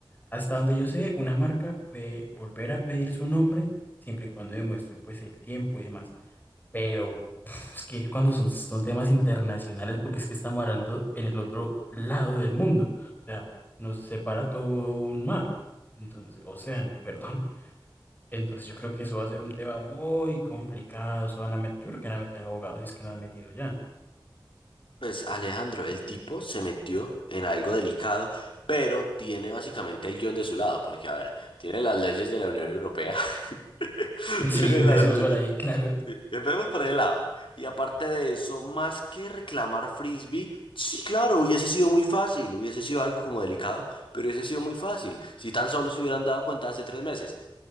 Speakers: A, on the left; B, on the left.
A: Hasta donde yo sé, una marca puede volver a pedir su nombre siempre y cuando demuestre pues el tiempo y demás. Pero pf, es que cuando son, son temas internacionales, porque es que estamos hablando en el otro lado del mundo, o sea, nos separa todo un mar, entonces, océano, <laughs> perdón. Entonces yo creo que eso va a ser un tema muy complicado, eso van a meter, yo creo que van a meter abogados si es que no han metido ya.
B: Pues Alejandro, el tipo se metió en algo delicado, pero tiene básicamente el guión de su lado, porque a ver, tiene las leyes de la Unión Europea, <laughs>
A: Sí,
B: tiene
A: empecemos
B: las leyes,
A: por ahí, claro.
B: sí, empecemos por el lado. Y aparte de eso, más que reclamar frisbee, sí, claro, hubiese sido muy fácil, hubiese sido algo como delicado, pero hubiese sido muy fácil, si tan solo se hubieran dado cuenta hace tres meses.